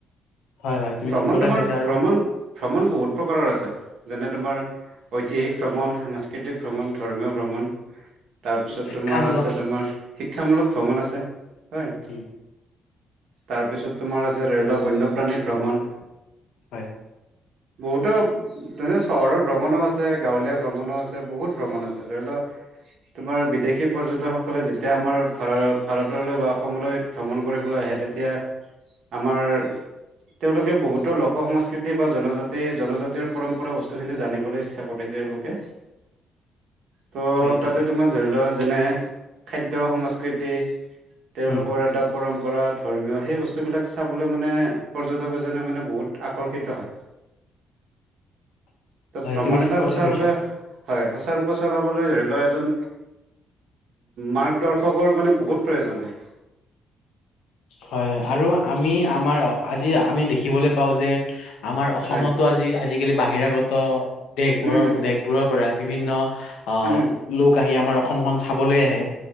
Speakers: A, on the left; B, on the right.
A: হয় হয় তুমি
B: ভ্ৰমণ
A: ঠিক কথা
B: তোমাৰ
A: কৈছা আৰু
B: ভ্ৰমণ- ভ্ৰমণ বহুত প্ৰকাৰৰ আছে, যেনে তোমাৰ ঐতিহাসিক ভ্ৰমণ সাংস্কৃতিক ভ্ৰমণ, ধৰ্মীয় ভ্ৰমণ- ভ্ৰমণ - তাৰপিছত
A: শিক্ষামূলক
B: তোমাৰ আছে তোমাৰ শিক্ষামূলক ভ্ৰমণ আছে, হয়
A: উম
B: তাৰপিছত তোমাৰ আছে ৰেল বন্যপ্ৰাণী ভ্ৰমণ
A: হয়
B: বহুতো ধনে চহৰৰ ভ্ৰমণো আছে গাঁৱলীয়া ভ্ৰমণো আছে বহুত ভ্ৰমণ আছে ধৰি লওক তোমাৰ বিদেশী পৰ্যটকসকলে যেতিয়া আমাৰ ভ ভাৰতলৈ বা অসমলৈ ভ্ৰমণ কৰিবলৈ আহে তেতিয়া আমাৰ তেওঁলোকে বহুতো লোক সংস্কৃতি বা জনজাতি জনজাতিৰ পৰম্পৰা বস্তুখিনি জানিবলৈ ইচ্ছা কৰে। তেওঁলোকে ত'
A: হয় হয়
B: তাতে
A: তু-
B: তোমাৰ ধৰি লোৱা যেনে- খাদ্য সংস্কৃতি তেওঁলোকৰ
A: উম
B: এটা পৰম্পৰা ধৰ্মীয় সেই বস্তুবিলাক চাবলৈ মানে পৰ্যটক এজনে মানে বহুত আকৰ্ষিত হয়। ত'
A: হয়
B: ভ্ৰমণ
A: তুমি ঠিক
B: এটা
A: কথা
B: সুচাৰুৰূপে
A: কৈছা
B: হয় সুচাৰুৰূপে চলাবলৈ ধৰি লও এজন মাৰ্গদৰ্শকৰ মানে বহুত প্ৰয়োজন হয়।
A: হয় হয় আৰু আমি আমাৰ আজি আমি দেখিবলৈ পাও যে আমাৰ অসমতো
B: হয়
A: আজি আজিকালি বাহিৰাগত দেশবোৰৰ
B: উম উম
A: দেশবোৰৰ পৰা বিভিন্ন আহ
B: উম
A: লোক আহি আমাৰ অসমখন চাবলৈ আহে,